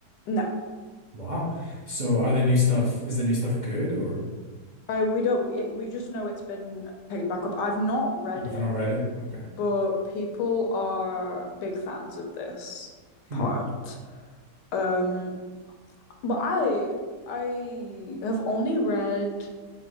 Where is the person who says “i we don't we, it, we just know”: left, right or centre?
Left